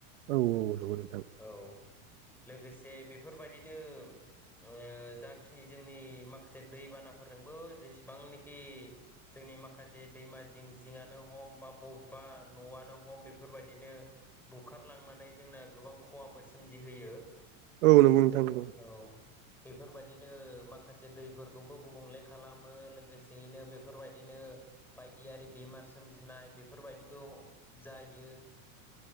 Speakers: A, on the right (about 65°); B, in the centre.
A: औ औ नोंगौ नोंथां
B: औ लोगोसे बेफोरबायदिनो ओ जाखिनि जोंनि माखासे दैबानाफोरजोंबो जेसेबांनोखि जोंनि माखासे दैमा जिं जिङानो हम बा बबेबा न'आनो हम बेफोरबायदिनो बुखारलांनानै जोंना गोबां खहाबो सोमजिहोयो।
A: औ नंगौ नोंथां नोंगौ।
B: औ बेफोरबायदिनो माखासे दैफोरखौबो गुबुंले खालामो लोगोसेयैनो बेफोरबायदिनो बायदिआरि बेमार सोमजिनाय बेफोरबायदिबो अ जायो।